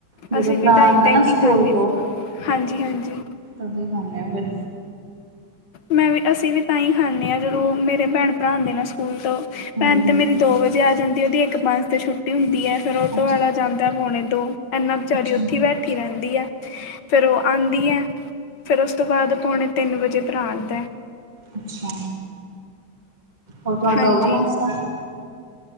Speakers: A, on the right; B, on the left.
A: ਜਦੋਂ
B: ਅਸੀਂ ਵੀ
A: ਭਰਾ
B: ਢਾਈ
A: ਆਂਦਾ
B: ਤਿੰਨ
A: ਨਾ
B: ਹੀ
A: ਸਕੂਲ
B: ਖਾਨੇ ਹਾਂਜੀ ਹਾਂਜੀ।
A: ਅਸੀਂ ਖਾਨੇ ਹ ਫਿਰ।
B: ਮੈਂ ਵੀ ਅਸੀਂ ਵੀ ਤਾਂ ਹੀ ਖਾਂਦੇ ਹਾਂ ਜਦੋਂ ਮੇਰੇ ਭੈਣ ਭਰਾ ਆਉਂਦੇ ਨੇ ਸਕੂਲ ਤੋਂ
A: ਹਾਂਜੀ-ਹਾਂਜੀ,
B: ਭੈਣ ਤੇ ਮੇਰੀ ਦੋ ਵ ਜੇ ਆ ਜਾਂਦੀ ਉਹਦੀ ਇੱਕ ਪੰਜ ਤੇ ਛੁੱਟੀ ਹੁੰਦੀ ਹੈ ਫੇਰ ਔਟੋ
A: ਅੱਛਾ।
B: ਵਾਲਾ ਜਾਂਦਾ ਪਾਉਣੇ ਦੋ। ਇਨਾ ਵਿਚਾਰੀ
A: ਅੱਛਾ-ਅੱਛਾ,
B: ਉੱਥੇ ਬੈਠੀ ਰਹਿੰਦੀ ਹੈ। ਫਿਰ ਉਹ ਆਉਂਦੀ ਹੈ ਫਿਰ ਉਸ ਤੋਂ ਬਾਅਦ ਪੌਣੇ ਤਿੰਨ ਵਜੇ ਭਰਾ। ਆਦਾ।
A: ਅੱਛਾ ਹੋਰ ਤੁਹਾਡਾ
B: ਹਾਂਜੀ
A: ਹੋਗਾ ਨਾਸਤਾ।